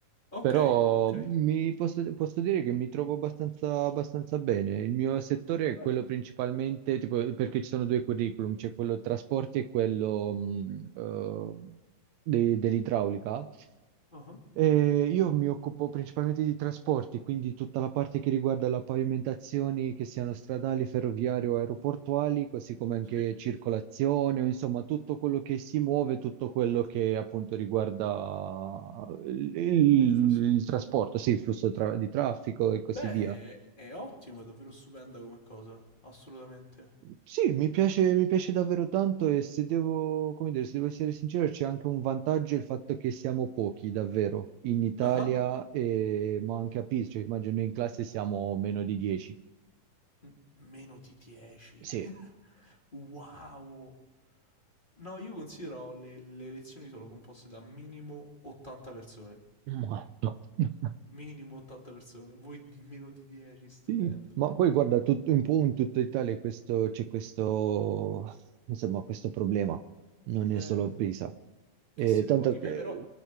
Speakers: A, on the left (about 15°); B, on the right (about 80°).
A: Ok,
B: Però
A: ok.
B: mi posso, posso dire che mi trovo abbastanza, abbastanza bene. Il mio settore
A: Bene.
B: è quello principalmente, tipo, perché ci sono due curriculum, c'è quello trasporti e quello mh, eh, de- dell'idraulica.
A: Ah,
B: Eh, io mi occupo principalmente di trasporti, quindi tutta la parte che riguarda le pavimentazioni, che siano stradali, ferroviarie o aeroportuali, così come anche
A: Sì,
B: circolazione, o insomma tutto quello che si muove, tutto quello che appunto riguarda il, il-
A: infrastrutture.
B: il trasporto, sì, il flusso tra- di traffico e così
A: Beh,
B: via.
A: è, è ottimo, è davvero stupenda come cosa, assolutamente.
B: Sì, mi piace, mi piace davvero tanto e se devo, come dire, se devo essere sincero, c'è anche un vantaggio il fatto che siamo pochi, davvero, in Italia,
A: Ah,
B: e- ma anche a Pisa, cioè immagino in classe siamo meno di 10.
A: m- meno di 10.
B: Sì.
A: <laughs> Wow! No, io considero le, le lezioni sono composte da minimo 80 persone.
B: Molto. <laughs>
A: Minimo 80 persone, voi di meno di 10, stupendo.
B: Sì. Ma poi guarda, tut- un po' in tutta Italia questo- c'è questo, insomma, questo problema, non è
A: Eh,
B: solo a Pisa. Eh,
A: che siete
B: tanto
A: pochi.
B: che
A: Beh, però,